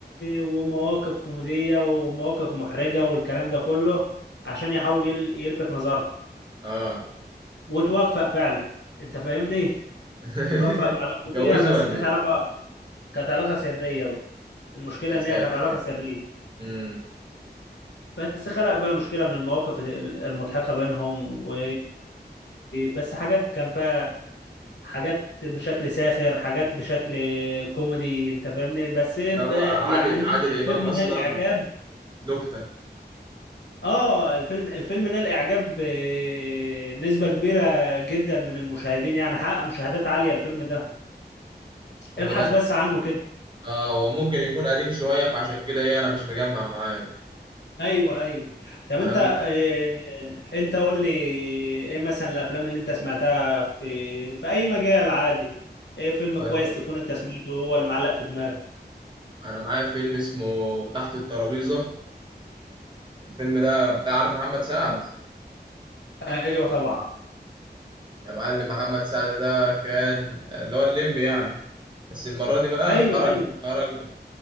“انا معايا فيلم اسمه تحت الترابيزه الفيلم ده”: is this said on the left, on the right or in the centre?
Right